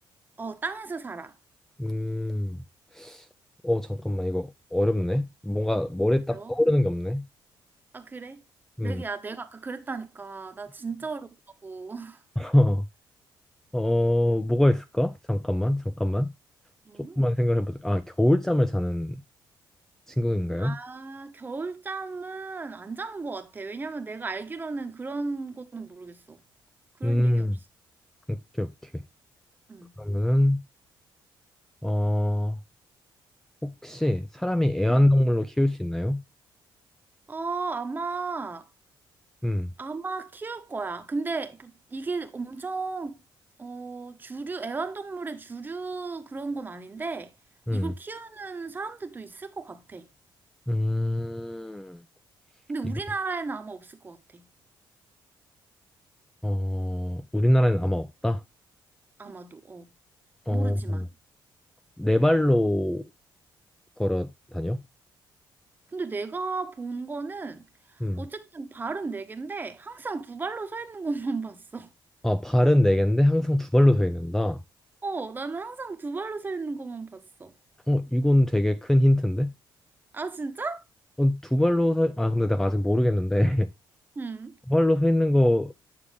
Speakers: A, on the right (about 20°); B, in the centre.
A: 어, 땅에서 살아.
B: 음. 어 잠깐만 이거 어렵네. 뭔가 머리에 딱
A: 그래?
B: 떠오르는 게 없네.
A: 아, 그래?
B: 음.
A: 내가, 야, 내가 아까 그랬다니까. 나 진짜 어렵다고. <laughs>
B: <laughs> 어 뭐가 있을까? 잠깐만 잠깐만.
A: 응?
B: 조금만 생각해보자. 아 겨울잠을 자는 친구인가요?
A: 아, 겨울잠은 안 자는 것 같아. 왜냐면 내가 알기로는 그런 거는 모르겠어. 그런
B: 음.
A: 얘기는 없어.
B: 오케이 오케이.
A: 응.
B: 그러면은 어. 혹시 사람이 애완동물로
A: 응.
B: 키울 수 있나요?
A: 어, 아마,
B: 음,
A: 아마 키울 거야. 근데 뭐 이게 엄청, 어, 주류, 애완동물의 주류 그런 건 아닌데,
B: 음,
A: 이걸 키우는 사람들도 있을 것 같아.
B: 음.
A: 근데 우리나라에는
B: 이거
A: 아마 없을 것 같아.
B: 어 우리나라에는 아마 없다.
A: 아마도, 어.
B: 어,
A: 모르지만.
B: 네 발로 걸어 다녀?
A: 근데 내가 본 거는
B: 음.
A: 어쨌든 발은 네 개인데 항상 두 발로 서 있는 것만 <laughs> 봤어.
B: 아, 발은 네 개인데 항상 두 발로 서 있는다.
A: 어, 나는 항상 두 발로 서 있는 것만 봤어.
B: 어, 이건 되게 큰 힌트인데?
A: 아, 진짜?
B: 어, 두 발로 서, 아, 근데 내가 아직 모르겠는데. <laughs>
A: 응.
B: 두 발로 서 있는 거